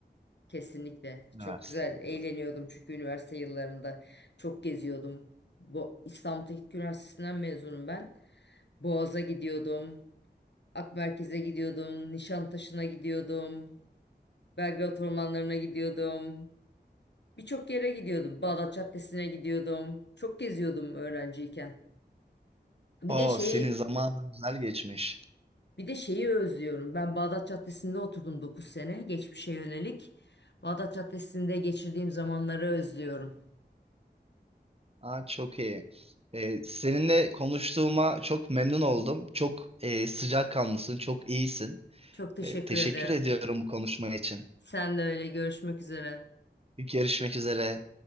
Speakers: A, on the left; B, on the right.
A: Kesinlikle.
B: Üniversite
A: Çok güzel.
B: yılları.
A: Eğleniyordum çünkü üniversite yıllarında çok geziyordum. Bu İstanbul Teknik Üniversitesi'nden mezunum ben. Boğaz'a gidiyordum. Akmerkez'e gidiyordum. Nişantaşı'na gidiyordum. Belgrad ormanlarına gidiyordum. Birçok yere gidiyordum. Bağdat Caddesi'ne gidiyordum. Çok geziyordum öğrenciyken. Bir
B: Oo,
A: de şeyi
B: senin zamanın güzel geçmiş.
A: bir de şeyi özlüyorum. Ben Bağdat Caddesi'nde oturdum dokuz sene geçmişe yönelik. Bağdat Caddesi'nde geçirdiğim zamanları özlüyorum.
B: Aa, çok iyi. Ee, seninle konuştuğuma çok memnun oldum. Çok e, sıcakkanlısın, çok iyisin.
A: Çok teşekkür
B: Ee, teşekkür
A: ederim.
B: ediyorum bu konuşma için.
A: Sen de öyle. Görüşmek üzere.
B: Görüşmek üzere.